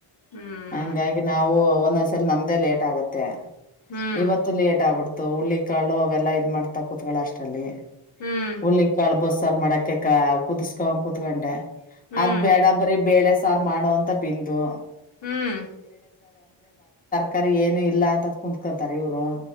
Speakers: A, on the left; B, on the left.
A: ಹ್ಮ್
B: ಹಂಗಾಗಿ ನಾವು ಒಂದೊಂದ್ಸಲ ನಮ್ ತ್ತ ಲೇಟ್ ಆಗುತ್ತೆ
A: ಹ್ಮ್
B: ಇವತ್ತು ಲೇಟ್ ಆಬಿಡ್ ತ್ತ ಹುಳ್ಳಿ ಕಾಳು ಅವೆಲ್ಲಾ ಇದ್ ಮಾಡ್ತಾ ಕೂತಗಳೊ ಅಷ್ಟಲ್ಲಿ
A: ಹ್ಮ್
B: ಹುಳ್ಳಿ ಕಾಳು ಬಸ್ಸಾರ ಮಾಡಕ್ಕೆ ಕ ಕುದುಸ್ಕೊಂ ಕುೂತ್ಕೊಂಡೆ
A: ಹ್ಮ್
B: ಅದ್ ಬೇಡ
A: ಹ್ಮ್
B: ಬರೀ ಬೇಳೆ ಸ ತಾರ್ ಮಾಡು ಅಂತ ಪಿಂದು
A: ಹ್ಮ್
B: ಕರಿ ಏನು ಇಲ್ಲ ಅಂತ ಕುತ್ಕೊಂತಾರೆ ಇವ್ರು